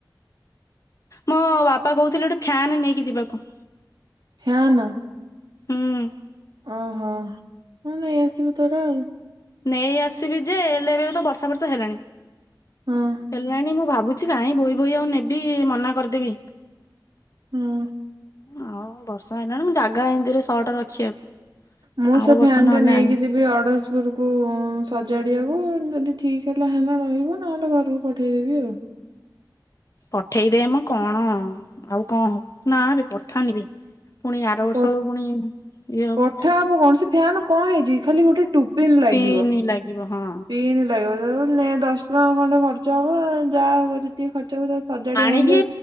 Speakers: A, on the left; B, on the right.
A: ମୋ ବାପା କହୁଥିଲେ ଗୋଟେ ଫ୍ୟାନ ନେଇକି ଯିବାକୁ।
B: ଫ୍ୟାନ।
A: ହୁଁ
B: ଓହୋ ହଉ ନେଇ ଆସିବୁ ତୋର ଆଉ।
A: ନେଇ ଆସିବି ଯେ ହେଲେ ଏବେ ତ ବର୍ଷା ବର୍ଷା ହେଲାଣି
B: ହଁ।
A: ହେଲାଣି ମୁଁ ଭାବୁଛି କାହିଁ ବୋହି ବୋହି ଆଉ ନେବି ମନା କରିଦେବି।
B: ହୁଁ।
A: ଆଉ ବର୍ଷା ହେଲାଣି ମୁଁ ଜାଗା ଏମିତିରେ ସର୍ଟ ରଖିବାକୁ
B: ମୁଁ
A: ଆର
B: ସେ ଫ୍ୟାନ୍
A: ବର୍ଷ ନହେଲେ
B: ଟା ନେଇକି
A: ଆଣି
B: ଯିବି ଅର୍ଡର <unintelligible> ସଜାଡ଼ିବାକୁ ଯଦି ଠିକ୍ ହେଲା ହେଲା ରହିବ ନହେଲେ ଘରକୁ ପଠେଇଦେବି ଆଉ।
A: ପଠେଇଦେମ କଣ ଆଉ, ଆଉ କଣ ହବ ନା ରେ ପଠାନି ବେ। ପୁଣି ଆର
B: ଆଉ।
A: ବର୍ଷ ବେଳକୁ ପୁଣି ଇଏ ହବ।
B: ପଠା ହବ କଣ ସେ ଫ୍ୟାନ କଣ ହେଇଛି। ଖାଲି ଗୋଟେ ଟୁପିନ ଲାଗିବ
A: ପିନି ଲାଗିବ ହଁ।
B: ପିନ୍ ଲାଗିବ। ନାଇଁ ଦଶ ଟଙ୍କା ଖଣ୍ଡେ ଖର୍ଚ୍ଚ ହବ ଯାହା ହବ ଯେତିକି ଖର୍ଚ୍ଚ ହବ ସଜାଡି
A: ଆଣିକି
B: ଆଣିଲେ